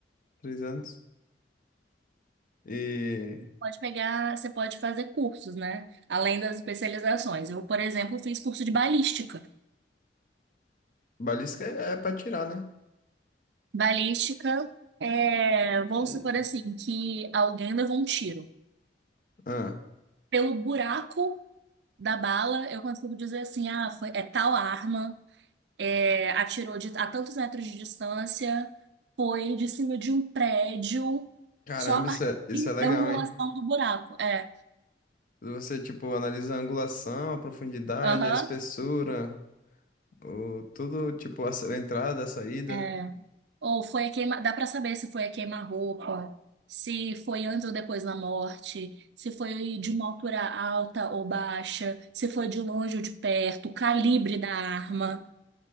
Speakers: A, on the left; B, on the right.
A: Três anos? E
B: Pode pegar, você pode fazer cursos, né? Além das especializações. Eu, por exemplo, fiz curso de balística.
A: balística é, é pra tirar, né?
B: Balística é, vamos
A: E-
B: supor assim, que alguém levou um tiro.
A: Ah,
B: Pelo buraco da bala, eu consigo dizer assim, ah, foi, é tal arma é, atirou de- a tantos metros de distância, foi de cima de um prédio,
A: caramba,
B: só a partir
A: isso é, isso é legal,
B: da angulação
A: hein?
B: do buraco. É,
A: Você, tipo, analisa a angulação, a profundidade,
B: aham,
A: a espessura, o, tudo, tipo, a sa- a entrada, a saída.
B: é. Ou foi a queima, dá pra saber se foi a queima-roupa, se foi antes ou depois da morte, se foi de uma altura alta ou baixa, se foi de longe ou de perto, o calibre da arma.